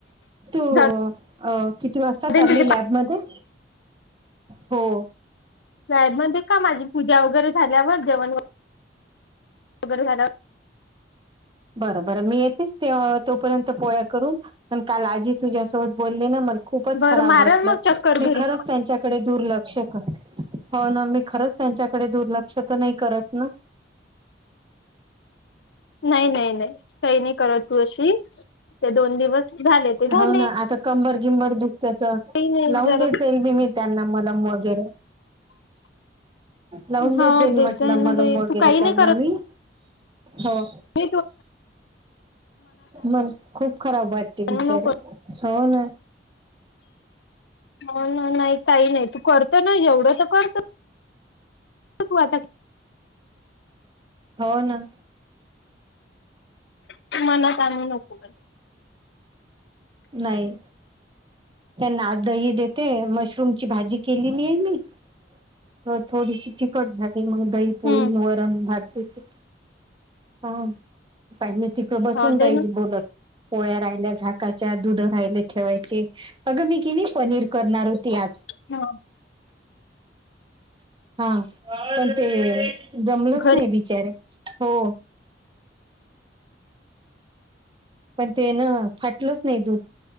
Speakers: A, on the right; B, on the left.
A: तू
B: जाऊ
A: अ किती वाजता
B: दे
A: चालली
B: तुझे
A: लॅबमध्ये? हो!
B: जाईन म्हणेते का माझी पूजा वगैरे झाल्यावर जेवण वगै रे झाल्यावर
A: बरं बरं मी येतीच ते तोपर्यंत पोळ्या करून आण काल आजी तुझ्यासोबत बोलली ना मग खूपच
B: बरं
A: खराब
B: मारल
A: वाटलं.
B: मग चक्कर
A: मी
B: घरी.
A: खरच त्यांच्याकडे दुर्लक्ष कर, हो ना मी खरंच त्यांच्याकडे दुर्लक्ष तर नाही करत ना?
B: नाही नाही नाही काही नाही करत तू अशी! ते दोन दिवस झाले ते झाले
A: हाव ना आता कंबर गिम्बर दुखत्यात
B: काही नाही
A: लावून
B: जरा
A: देत जाईल बी मी त्यांना मलम वगैरे! लावून
B: हो
A: देत जाईल म्हटलं
B: जाय ना
A: मलम
B: बाई
A: वगैरे
B: तू काही
A: त्यांना
B: नाही
A: मी हो.
B: मी
A: मग खूप खराब वाटते
B: आणू
A: बिचारी
B: नको
A: हो ना.
B: म नाही काही नाही तू करतो ना येवढं तर करत तू आता
A: हो ना!
B: तू मनात आणू नको काय.
A: नाय! त्यांना आत दही देते मशरूम ची भाजी केलेली आहे मी. तर थोडीशी तिखट झाली मग दही, पोळी
B: हम्म
A: अन् वरण, भात देते. हा बाई तिथ बसून
B: हो दे
A: राहिली
B: ना
A: बोलत. पोळ्या राहिल्या झाकाच्या दूध राहिले ठेवायचे. अग मी कि नाही पनीर करणार हो ती आज
B: हम्म
A: हा पण ते जमलंच
B: घरी
A: नाही बिचारे हो. पण तेन फाटलंच नाही दूध!